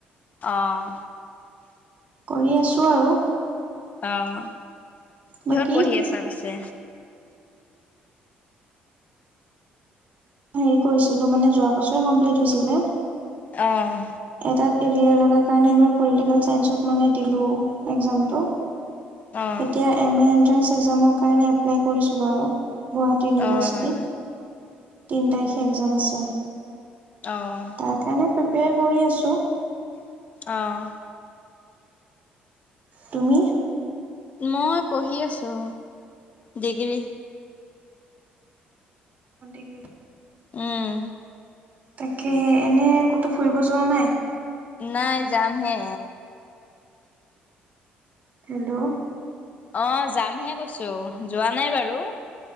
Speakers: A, on the left; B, on the right.
A: অঁ।
B: কৰি আছোঁ আৰু।
A: অহ কিহত
B: বাকী
A: পঢ়ি আছা পিছে?
B: হেৰি কৰিছিলো, মানে যোৱা বছৰে কমপ্লিট হৈছিলে।
A: অহ।
B: এটাত এৰিয়াৰ লগা কাৰণে এইবাৰ পলিটিকেল চাইন্সত মানে দিলো এক্সামটো।
A: অঁ
B: এতিয়া এম এ এন্ট্ৰেন্স এক্সামৰ কাৰণে এপ্লাই কৰিছোঁ বাৰু। গুৱাহাটী ইউনিভাৰ্চিটিত
A: অঁ
B: তিনি তাৰিখে এক্জাম আছে।
A: অঁ
B: তাৰ কাৰণে প্ৰিপেয়াৰ কৰি আছো।
A: অঁ।
B: তুমি?
A: মই পঢ়ি আছো, ডিগ্ৰী।
B: মতে কি
A: উম।
B: তাকে এনেই ক'তো ফুৰিব যোৱা নাই?
A: নাই, যাম হে।
B: হেল্ল'
A: অ যামহে কৈছো, যোৱা নাই বাৰু।